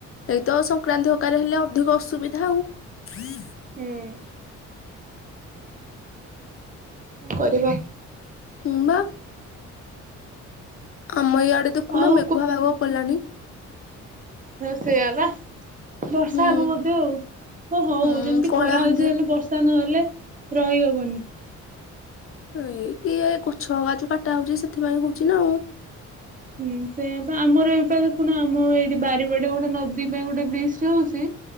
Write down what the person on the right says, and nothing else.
ହୁଁ। କରିବା।
ଆଉ
ହଁ ସେଆ ପା ବର୍ଷା
ହେବ ମଧ୍ୟ ଆଉ ହ ହଉ
ଯେମିତି
ଖରା ହଉଛି ହେଲେ ବର୍ଷା ନହେଲେ ରହିହବନି।
ହୁଁ ସେ ବା ଆମର ଏଇ ପା ଦେଖୁନ ଆମ ଏଇଠି ବାରି ବାଡ ଗୋଟେ ନଦୀ ପାଇଁ ଗୋଟେ ବ୍ରିଜ ହଉଛି।